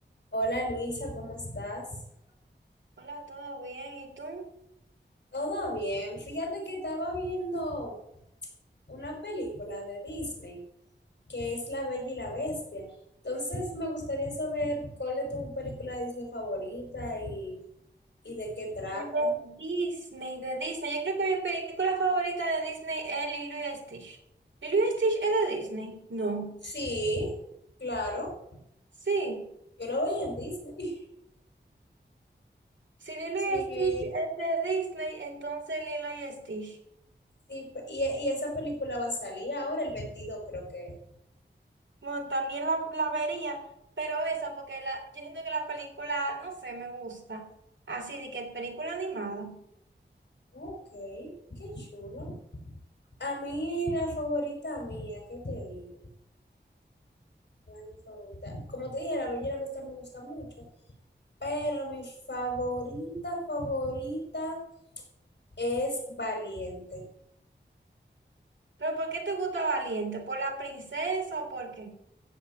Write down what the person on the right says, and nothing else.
Hola, ¿todo bien? ¿Y tú?
Es De Disney, de Disney. Yo creo que mi película favorita de Disney es Lilo y Stitch. ¿Lilo y Stitch es de Disney? No.
Sí.
Si Lilo
y Stitch es de Disney, entonces Lilo y Stitch.
Bueno, también la, la vería, pero esa, porque la, yo siento que la película, no sé, me gusta. Así de que película animada.
¿Pero por qué te gusta Valiente? ¿Por la princesa o por qué?